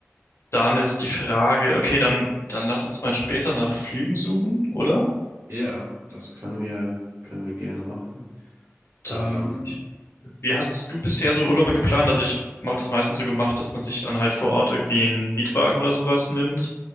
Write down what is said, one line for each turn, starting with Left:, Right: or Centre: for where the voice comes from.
Left: Dann ist die Frage, okay, dann, dann lass uns mal später nach Flügen suchen, oder?
Right: Ja, das können wir, können wir gerne machen.
Left: Dann,
Right: Ähm,
Left: ich, wie hast es du bisher so Urlaube geplant? Also ich habe das meistens so gemacht, dass man sich dann halt vor Ort irgendwie einen Mietwagen oder sowas nimmt,